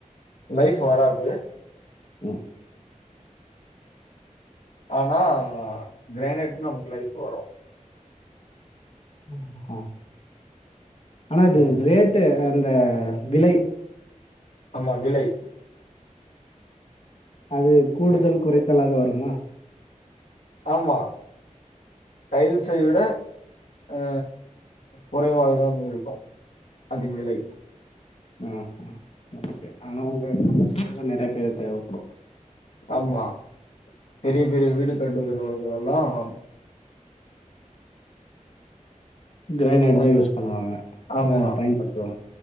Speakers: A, on the left; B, on the left.
A: லைஃப் வராது
B: ம்
A: ஆனா கிரானேட் நமக்கு லைஃப் வரு
B: அ ஆனா இது
A: ம்
B: ரேட்டு இந்த விலை
A: ஆமா விலை
B: அது கூடுதல்
A: வி
B: குறைத்தலாக வருமா
A: ஆமா டைல்சை விட அ குறைவாகதான் இருக்கு அதன் விலை
B: ஆ ஓகே ஆனா உங்க கந்த <unintelligible> நெறைய பேரு தேவைப்படு
A: ஆமா பெரிய பெரிய வீடு கட்டுகிறவர்கள்லெல்லாம்
B: கிரைணடு
A: வந்து
B: தா யூஸ் பண்ணுவாங்க
A: ஆமா
B: அத பயன்படுத்துவோ